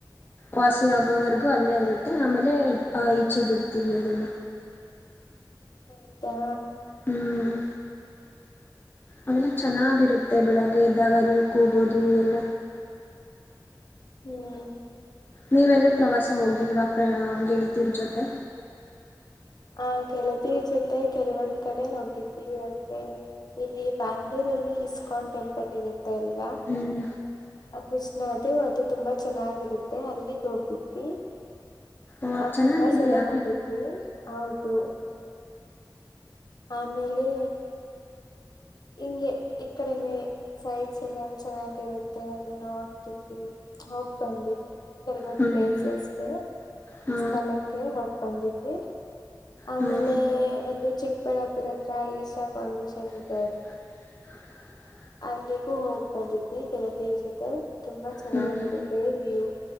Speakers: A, on the left; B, on the left.
A: ವಾಸಿ ಆಗೋವರ್ಗೂ ಅಲ್ಲೇ ಇರುತ್ತೆ ಆಮೇಲೆ, ಈಚೆ ಬಿಡ್ತೀವಿ ಅದನ್ನ.
B: ಹೌದಾ
A: ಹ್ಮ್ ಅವೆಲ್ಲ ಚೆನ್ನಾಗಿರುತ್ತೆ, ಬೆಳಿಗ್ಗೆ ಎದ್ದಾಗದು ಕೂಗೋದು ಎಲ್ಲ.
B: ಹ್ಮ್
A: ನೀವೆಲ್ಲೂ ಪ್ರವಾಸ ಹೋಗಿಲ್ವಾ ಗೆಳತಿರ ಜೊತೆ?
B: ಹ ಗೆಳತಿರ್ ಜೊತೆ ಕೆಲವೊಂದ್ ಕಡೆ ಹೋಗಿದ್ವಿ. ಅಂದ್ರೆ ಇಲ್ಲಿ ಬ್ಯಾಂಗ್ಳೂರಲ್ಲಿ ಇಸ್ಕಾನ್ ಟೆಂಪಲ್ ಇದೆ ಇದೆ ಅಲ್ವಾ,
A: ಹ್ಮ್
B: ಆ ಕೃಷ ದು ಅದು ತುಂಬಾ ಚೆನ್ನಾಗಿರುತ್ತೆ ಅಲ್ಲಿಗೆ ಹೋಗಿದ್ವಿ.
A: ಓ
B: ಆ
A: ಚೆನ್ನಾಗಿದಯಾ?
B: ತುಂಬಾ ಸಲ ಹೋಗಿದ್ವಿ ಹೌದು ಆಮೇಲೆ ಹಿಂಗೆ ಈ ಕಡೆನೇ ಸೈಟ್ಸ್ ಎಲ್ಲ ಚೆನ್ನಾಗಿರುತ್ತೆ. ಎಲ್ಲಾ ನೋಡ್ತಿದ್ವಿ, ಹೋಗ್ ಬಂದ್ವಿ. ಕೆಲವೊಂದು
A: ಹ್ಮ್
B: ಪ್ಲೇಸಸ್ಗೆ,
A: ಹಾ
B: ಸ್ಥಳಕ್ಕೆ ಹೋಗಿ ಬಂದಿದ್ವಿ. ಆಮೇಲೆ
A: ಹ್ಮ್
B: ಒಂದು ಚಿಕ್ಕಬಳ್ಳಾಪುರ ಹತ್ರ ಈಶಾ ಫೌಂಡೇಶನ್ ಇದ
A: <unintelligible>
B: ಅಲ್ಲಿಗೂ ಹೋಗ್ ಬಂದಿದ್ವಿ ಗೆಳತಿರ್ ಜೊತೆ, ತುಂಬಾ ಚೆನ್ನಾಗಿರುತ್ತೆ
A: ಹ್ಮ್
B: ವ್ಯೂ